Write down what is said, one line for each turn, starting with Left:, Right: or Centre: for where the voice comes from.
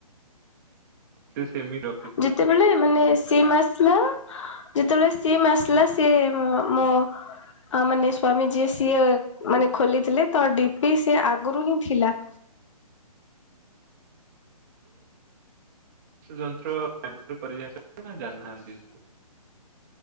Right: ସେ ସେମିର
Left: ଯେତେବେଳେ ମାନେ ସିମ୍ ଆସିଲା ଯେତେବେଳେ ସିଏମ ଆସିଲା ସିଏ ମୋ ମାନେ ସ୍ୱାମୀଜୀ ଯିଏ ଚିଏ ମାନେ ଖୋଲିଥିଲେ ତ ଡିପି ସିଏ ଆଗରୁ ହିଁ ଥିଲା।
Right: ଯନ୍ତ୍ର ବ୍ୟହାର ନା ଜାଣିନାହାନ୍ତି <unintelligible>